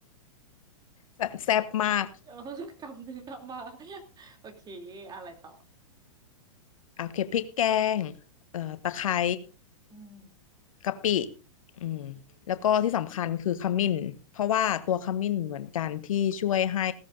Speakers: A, on the left (about 70°); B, on the right (about 25°).
A: แซ่บแซ่บมาก
B: เออกำหนึ่งเอามาโอเคอะไรต่อ
A: อ่ะโอเก็บพริกแกงเอ่อตะไคร้
B: อืม
A: กะปิอืมแล้วก็ที่สำคัญคือขมิ้นเพราะว่าตัวขมิ้นเหมือนกันที่ช่วยให้